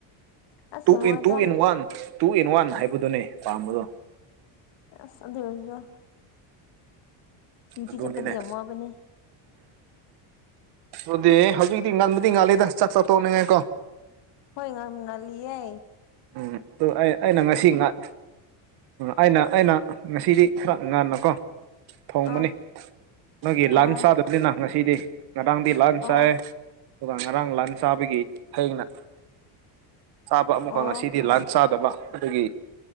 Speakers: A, on the left; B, on the right.
A: ꯑꯁ
B: ꯇꯨ
A: ꯌꯥꯝ
B: ꯏꯟ
A: ꯋꯥꯏꯗ
B: ꯇꯨ ꯏꯟ ꯋꯥꯟ ꯇꯨ ꯏꯟ ꯋꯥꯟ ꯍꯥꯏꯕꯗꯨꯅꯦ ꯄꯥꯝꯕꯗꯣ
A: ꯑꯁ ꯑꯗꯨꯑꯣꯏꯖꯨ ꯗ꯭ꯌꯨꯇꯤ
B: ꯑꯗꯨꯅꯤꯅꯦ
A: ꯆꯠꯄꯗꯤ ꯌꯥꯝ ꯋꯥꯕꯅꯦ
B: ꯑꯗꯨꯗꯤ ꯍꯧꯖꯤꯛꯇꯤ ꯉꯟꯕꯨꯗꯤ ꯉꯜꯂꯤꯗ ꯆꯥꯛ ꯆꯥ ꯇꯣꯛꯅꯤꯡꯉꯥꯏꯀꯣ
A: ꯍꯣꯏ ꯉꯟ ꯉꯟꯂꯤꯌꯦ
B: ꯎꯝ ꯑꯗꯨ ꯑꯩ ꯑꯩꯅ ꯉꯁꯤ ꯉꯥꯛ ꯑꯩꯅ ꯑꯩꯅ ꯉꯁꯤꯗꯤ ꯈꯔ ꯉꯟꯅꯀꯣ ꯊꯣꯡꯕꯅꯤ
A: ꯑꯥ
B: ꯅꯣꯏꯒꯤ ꯂꯥꯟꯁ
A: ꯑꯣ
B: ꯆꯥꯗꯕꯅꯤꯅ ꯉꯁꯤꯗꯤ ꯉꯔꯥꯡꯗꯤ ꯂꯥꯟ
A: ꯑꯣ
B: ꯆꯥꯏ ꯑꯗꯨꯒ ꯉꯔꯥꯡ ꯂꯥꯟ ꯆꯥꯕꯒꯤ ꯊꯅ ꯆꯥꯕ ꯑꯃꯨꯛꯀ
A: ꯑꯣ
B: ꯉꯁꯤꯗꯤ ꯂꯥꯟ ꯆꯥꯗꯕ ꯑꯗꯨꯗꯒꯤ